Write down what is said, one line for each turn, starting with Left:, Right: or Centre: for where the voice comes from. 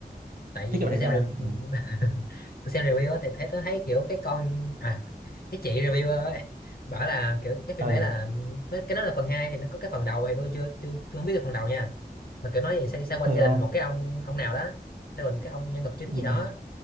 Left: tại vì
Right: tiết kiệm thời
Left: tôi xem
Right: gian
Left: review
Right: ừ
Left: <laughs> tôi xem review á thì thấy tôi thấy kiểu cái con à cái chị review ấy bảo là kiểu cái phim
Right: ờ
Left: đấy là mấy- cái đó là phần 2 thì nó có cái phần đầu thì tôi chưa chưa tôi không biết cái phần đầu nha mà kiểu nói về xoay, xoay quanh
Right: được
Left: gia
Right: không
Left: đình một cái ông ông nào đó xoay quanh cái ông nhân vật chính
Right: ừ
Left: gì đó